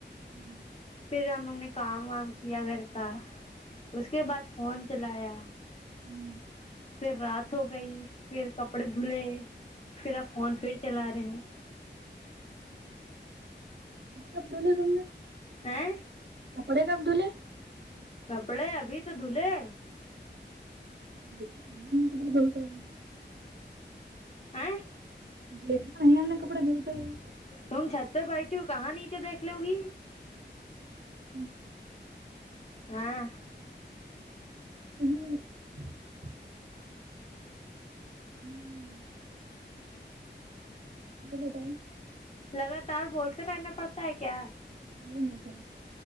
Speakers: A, on the right; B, on the left.
A: ہوں
B: پھر ہم لوگ نے کام وام کیا گھر کا اس کے بعد فون چلایا
A: ہوں
B: پھر رات ہو گئی پھر کپڑے دھلے پھر آپ فون پھر چلا رہے ہیں
A: کپڑے کب دھولے تم نے
B: ہیں
A: کپڑے کب دھولے
B: کپڑے ابھی تو دلہے ہے
A: ان انٹلیگیبل
B: آئے
A: دیکھنا نہیں ہم نے کپڑے دھوتے ہوئے
B: تم چھت پے بیٹھی ہو کہاں نیچے دیکھ لو گی
A: ہوں
B: ہاں
A: ہ ہممم اور بتاؤ
B: لگاتار بولتے رہنا پڑتا ہے کیا
A: وہ نا جائیں